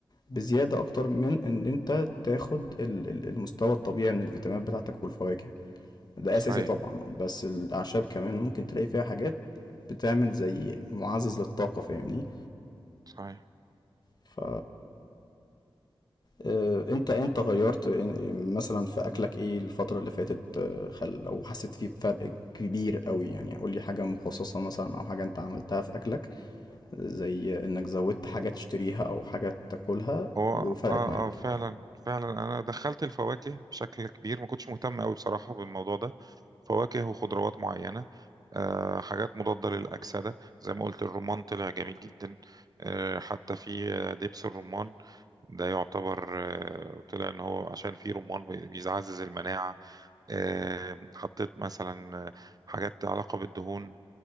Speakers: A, on the left; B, on the right.
A: بزياده اكتر من ان انت تاخد ال- ال- المستوى الطبيعي من الفيتامينات بتاعتك والفواكه ده
B: صحيح
A: اساسي طبعا بس الاعشاب كمان ممكن تلاقي فيها حاجات بتعمل زي معزز للطاقة فاهمني
B: صحيح
A: ف آه، انت انت غيرت إن- مثلا في اكلك ايه الفترة اللي فاتت آه، خل لو حسيت فيه بفرق كبير قوي يعني قول لي حاجة مخصصة مثلا او حاجة انت عملتها في اكلك زي انك زودت حاجة تشتريها او حاجة تاكلها
B: هو
A: وفرقت
B: اه اه
A: معاك
B: فعلا فعلا انا دخلت الفواكه بشكل كبير ما كنتش مهتم قوي بصراحة بالموضوع ده فواكه وخضروات معينة آه حاجات مضادة للأكسدة زي ما قلت الرمان طلع جميل جدا آه حتى في آه، دبس الرمان ده يعتبر آه، طلع ان هو عشان فيه رمان بي- بيعزز المناعة آه، حطيت مثلا آه، حاجات علاقة بالدهون